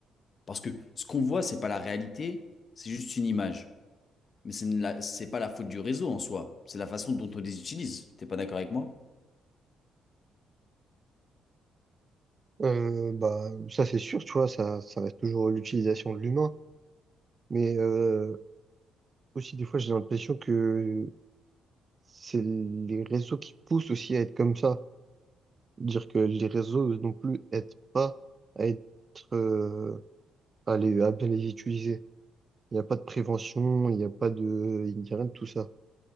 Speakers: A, on the left (about 45°); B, on the right (about 35°).
A: Parce que ce qu'on voit, c'est pas la réalité, c'est juste une image. Mais c'est ne la- c'est pas la faute du réseau en soi, c'est la façon dont on les utilise. T'es pas d'accord avec moi?
B: Euh, bah, ça c'est sûr, tu vois, ça, ça reste toujours l'utilisation de l'humain. Mais euh, aussi, des fois, j'ai l'impression que c'est les réseaux qui poussent aussi à être comme ça. Dire que les réseaux non plus aident pas à être, euh, à les, à bien les utiliser. Il n'y a pas de prévention, il n'y a pas de, il n'y a rien de tout ça.